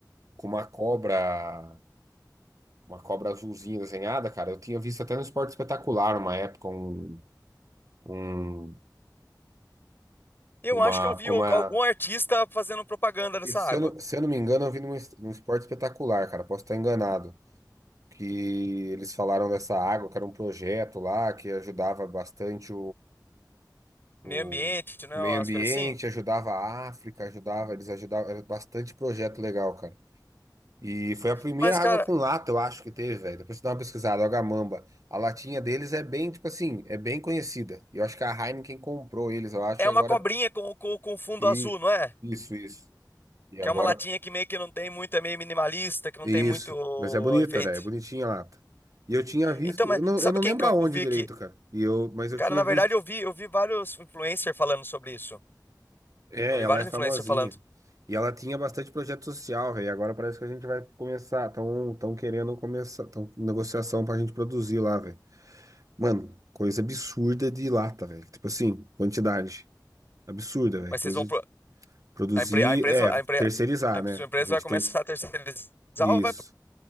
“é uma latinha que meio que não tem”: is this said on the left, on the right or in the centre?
Left